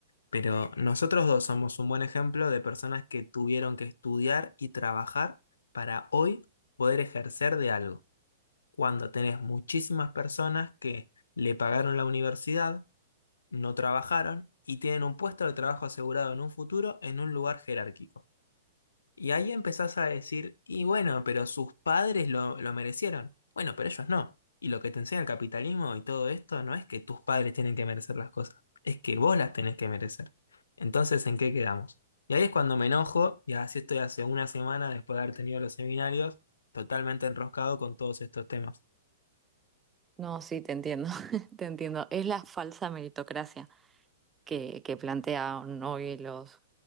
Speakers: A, on the left (about 75°); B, on the right (about 15°).
A: pero nosotros dos somos un buen ejemplo de personas que tuvieron que estudiar y trabajar para hoy poder ejercer de algo cuando tenés muchísimas personas que le pagaron la universidad, no trabajaron y tienen un puesto de trabajo asegurado en un futuro en un lugar jerárquico. Y ahí empezás a decir, y bueno, pero sus padres lo, lo merecieron. Bueno, pero ellos no. Y lo que te enseña el capitalismo y todo esto no es que tus padres tienen que merecer las cosas, es que vos las tenés que merecer. Entonces, ¿en qué quedamos? Y ahí es cuando me enojo, y así estoy hace una semana después de haber tenido los seminarios, totalmente enroscado con todos estos temas.
B: No, sí, te entiendo, <laughs> te entiendo. Es la falsa meritocracia que, que plantean hoy los,